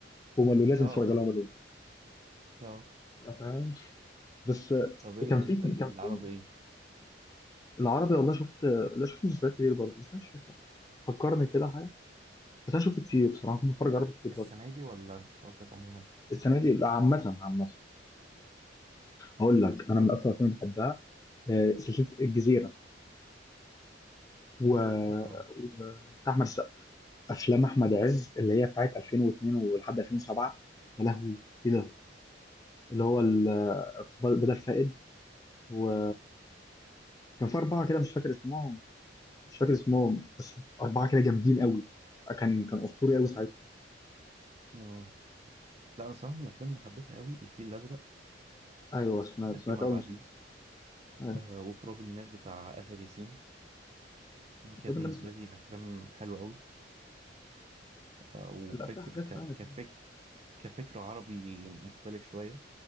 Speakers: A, on the left; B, on the right.
A: هم قالوا لازم
B: اه اه
A: تتفرج عليهم الأول.
B: آه.
A: فاهم بس
B: طب ايه
A: كان
B: انت
A: في
B: العربي
A: كان في
B: ايه
A: العربي والله شفت لا شفت مسلسلات كتير برضه بس انا مش فاكر فكرني كده حاجه بس انا شفت كتير بصراحه كنت بتفرج عربي كتير
B: السنه
A: برضه
B: دي ولا انت قصدك عموما
A: السنه دي لا، عامه عامه هقول لك انا
B: طب
A: من اكثر الافلام اللي بحبها آه، سلسله الجزيره و...
B: اه
A: وبتاع احمد السقا افلام احمد عز اللي هي بتاعت 2002 ولحد 2007 يا لهوي ايه ده اللي هو ال... بدل فائد و... كان في أربعة كده مش فاكر اسمهم مش فاكر اسمهم بس أربعة كده جامدين قوي كان كان أسطوري قوي ساعتها
B: اه لا انا صراحه من الافلام اللي حبيتها قوي الفيل الازرق
A: أيوه سمعت
B: بتاع كريم
A: سمعت
B: عبد
A: أول
B: العزيز
A: مسلم أيوه
B: آه وتراب الماس بتاع اسر ياسين دي كانت
A: طب أنا
B: بالنسبه
A: ما سمعتوش
B: لي افلام حلوه قوي آه وفكر
A: لا بتاع حاجات
B: ك...
A: فعلا اتعملت.
B: كفك... كفكر عربي مختلف شويه